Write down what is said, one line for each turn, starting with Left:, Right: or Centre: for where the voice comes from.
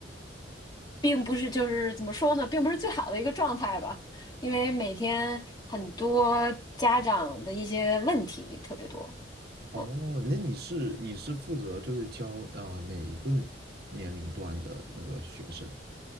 Left: 并不是就是怎么说呢，并不是最好的一个状态吧，因为每天很多家长的一些问题特别多。
Right: 哦，
Left: 嗯，
Right: 那你是你是负责就是教啊、哪一个年龄段的那个学生啊